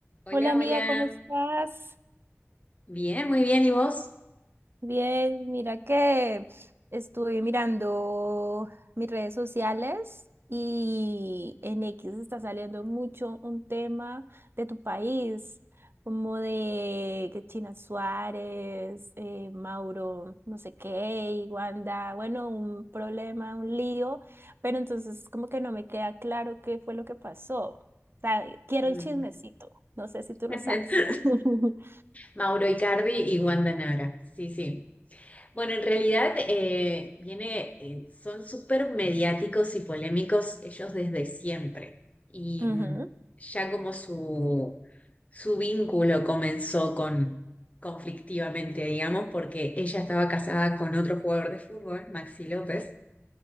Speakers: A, on the left; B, on the right.
A: Hola,
B: Hola amiga,
A: hola.
B: ¿cómo estás?
A: Bien, muy bien. ¿Y vos?
B: Bien, mira que estuve mirando mis redes sociales y en X está saliendo mucho un tema de tu país, como de que China Suárez, eh, Mauro, no sé qué, y Wanda, bueno, un problema, un lío, pero entonces como que no me queda claro qué fue lo que pasó. O sea, quiero
A: Mm.
B: el chismecito, no sé si tú lo
A: <laughs>
B: sabes. <laughs>
A: Mauro Icardi y Wanda Nara. Sí, sí. Bueno, en realidad eh, viene, eh, son súper mediáticos y polémicos ellos desde siempre. Y
B: Ujú.
A: mm, ya como su, su vínculo comenzó con conflictivamente, digamos, porque ella estaba casada con otro jugador de fútbol, Maxi López,